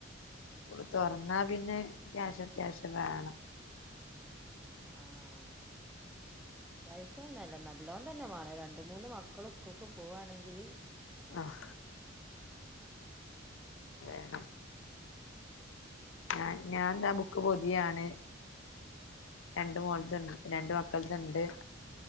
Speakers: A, on the left; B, in the centre.
A: സ്കൂള് തൊറന്ന പിന്നെ ക്യാഷ് അത്യാവശ്യം വേണം.
B: ആഹ്. അത്യാവശ്യംന്നല്ല നല്ലോണം തന്നെ വേണം രണ്ട് മൂന്ന് മക്കള് സ്കൂൾക്ക് പോവാണെങ്കില്
A: ആഹ്. വേണം. ഞാൻ ഞാൻ ദാ ബുക്ക് പൊതിയാണ് രണ്ട് മോളത്ത
B: ആഹ്
A: ഉണ്ട്
B: ശരി
A: രണ്ട് മക്ക ൾത്ണ്ട്.